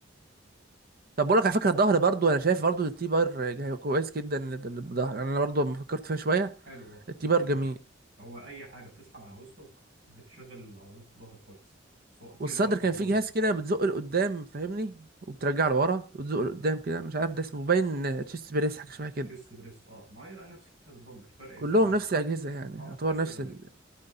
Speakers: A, on the right; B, on the right.
A: طب بقول لك على فكره الظهر برضو انا شايف برضو التي بار جه- كويس جدا للظهر يعني انا برضو لما فكرت فيها شويه
B: حلو برضه
A: التي
B: نفس
A: بار
B: الفكرة
A: جميل
B: هو أي حاجة بتسحب على وسطك بتشغل عضلات الظهر كويس سواء تي
A: والصدر
B: بار
A: كان
B: أو دمبل
A: فيه جهاز كده بتزق لقدام فاهمني وبترجع لورا وتزق لقدام كده مش عارف ده اسمه باين تشيست بريس حاجه شبه كده
B: شيست بريست اه ما هي نفس فكرة الدمبل فرق الزوايا
A: كلهم نفس
B: بس
A: الاجهزه يعني
B: اه
A: يعتبر
B: فرق الزاوية
A: نفس ال